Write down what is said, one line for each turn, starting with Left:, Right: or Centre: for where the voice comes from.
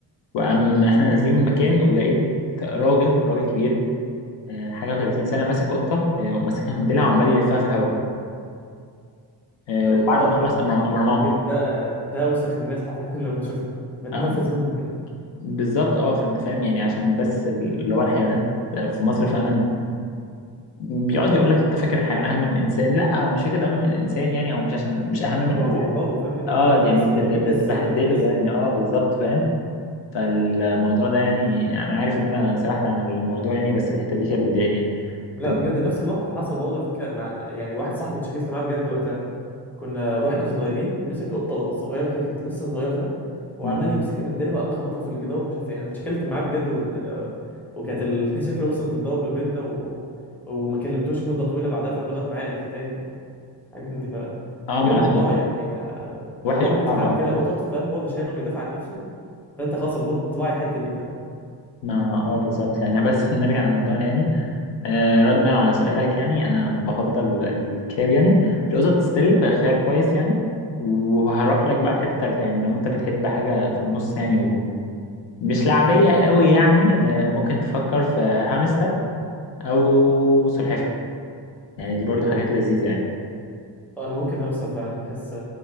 Left: وقام احنا نازلين من المكان ولقيت راجل راجل كبير آه، حاجه و30 سنه ماسك قطه آه، وماسكها من ديلها وعمال يلفها في الهواء آه،
Centre: اه
Left: وبعد ما خلص قام قام
Centre: ده
Left: رماها
Centre: بجد ده ده اوسخ الناس حرفيا <laughs> لما بشوفهم بتنفذ
Left: آه،
Centre: منهم بجد
Left: بالظبط اه فانت فاهم يعني عشان بس اللي هو الحيوانات في مصر فعلا بيقعد يقول لك انت فاكر الحيوان اهم من الانسان لا هو مش فكره اهم من الانسان يعني هو مش عشان مش اهم من الانسان
Centre: هو ابوك برضه فاهمني المفروض
Left: اه يعني
Centre: تحس
Left: تت-
Centre: بيه هو بيحس
Left: تت- تبهدله
Centre: وانت بتحس
Left: يعني اه بالظبط فاهم فالموضوع ده يعني انا عارف ان انا سرحت عن الموضوع يعني بس الحته دي كانت بتضايقني يعني
Centre: لا
Left: بت-
Centre: بجد نفس الموقف حصل برضه على فكرة مع يعني واحد صاحبي اتشكلت معاه بجد وقتها كنا واحنا صغيرين مسك قطة صغيرة كده كانت لسه صغيرة فاهم وعمال
Left: مم.
Centre: يمسكها من ديلها وقام خبطها في الجدار ومش عارف ايه انا اتشكلت معاه بجد و... وكانت ال... <laughs> شكله وصلت للضرب بينا و... وما كلمتوش مدة طويلة بعدها فاهم لغاية ما عقل تاني حاجات من دي ف
Left: اه
Centre: بجد
Left: ما
Centre: الموضوع
Left: عشان
Centre: يعني آه،
Left: وحش
Centre: حرام
Left: وصعب
Centre: ان انت تتعامل
Left: اه
Centre: كده قطط فاهم هو مش هيقدر يدافع عن نفسه فانت خلاص المفروض تراعي الحته دي فاهم
Left: ما اه بالظبط يعني بس <laughs> نرجع لموضوعنا يعني آه ردا على سؤالك يعني انا بفضل الكلاب يعني القطط ستيل خيار كويس يعني وهروح لك بقى الحته التالته يعني لو انت بتحب حاجه في النص يعني ومش لعبيه قوي يعني آه ممكن تفكر في هامستر او سلحفاه يعني دي برضو حاجات لذيذة يعني
Centre: انا ممكن همسه فعلا بحس